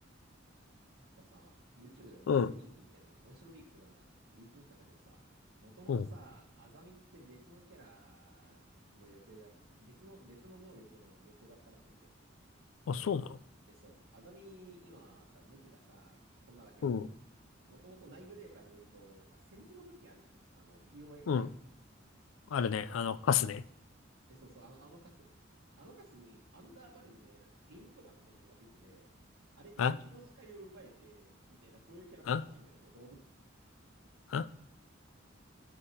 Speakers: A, on the right; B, on the left.
A: なんかさ、YouTube で面白リークみたいな、
B: うん、
A: 面白リークというかなんか、リーク見たんだけどさ、もともとさ、
B: うん。
A: アザミって別のキャラの予定だ、別の、別の能力の予定だったらしいんだよね。
B: あ、そうなの
A: え、そう、アザミ、今さ、武器がさ、こんなだけど、
B: うん。
A: もともと内部データによると、なんか、センズの武器あるじゃん。あの、POF9。
B: うん。あるね。あの、カスね。
A: え、そうそう、あの、あのカス。あのカスに、アンダーバレルで、なんか、ペイントガンみたいなのがついてて、あれで敵の視界を奪えて、
B: あ
A: みたいな、そういうキャラだったらしいんだよね、
B: あ
A: もともと。
B: あ